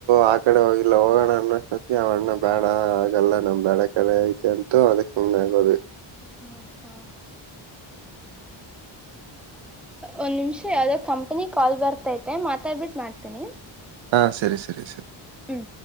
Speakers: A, on the right; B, in the centre.
A: ಆ ಕಡೆ ಹೋಗಿಲ್ಲ ಹೋಗೋಣ ಅನ್ನೋಷ್ಟತ್ತ ಅವಣ್ಣ ಬೇಡ ಆಗಲ್ಲ ನಮ್ ಬೇಡಕ್ಕೆ ಕಡೆ ಐತೆ ಅಂತೂ ಅದ ಕಮ್ಮ ಆಗೋದು
B: ಆ ಹಾ ಒಂದು ನಿಮಿಷ ಯಾವುದೋ ಕಂಪ್ನಿಗೆ ಕಾಲ್ ಬರ್ತೈತೆ ಮಾತಾಡ್ಬಿಟ್ಟು ಮಾಡ್ತೀನಿ
A: ಹಾಂ ಸರಿ ಸರಿ ಸರಿ
B: ಹ್ಮ್